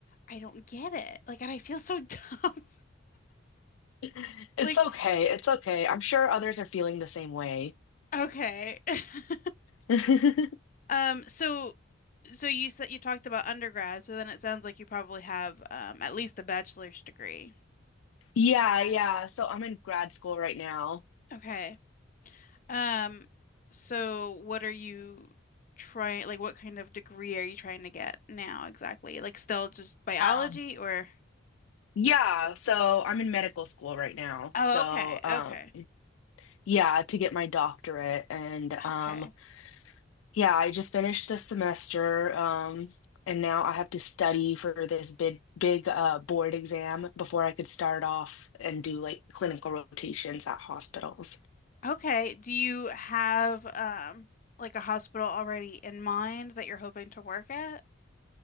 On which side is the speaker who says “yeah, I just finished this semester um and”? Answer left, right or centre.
Left